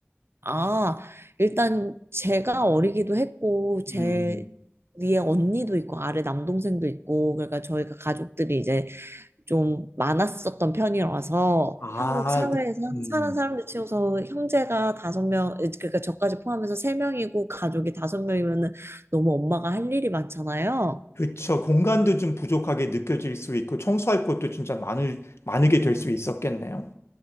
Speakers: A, on the right (about 65°); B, on the left (about 75°).
A: 아, 일단 제가 어리기도 했고, 제
B: 음.
A: 위에 언니도 있고, 아래 남동생도 있고, 그러니까 저희가 가족들이 이제 좀 많았었던 편이라서
B: 아,
A: 한국 사회에서
B: 그, 음.
A: 사는 사람들 치고서 형제가 다섯 명, 그러니까 저까지 포함해서 세 명이고 가족이 다섯 명이면은 너무 엄마가 할 일이 많잖아요.
B: 그쵸. 공간도 좀 부족하게 느껴질 수 있고, 청소할 것도 진짜 많을, 많게 될 수 있었겠네요.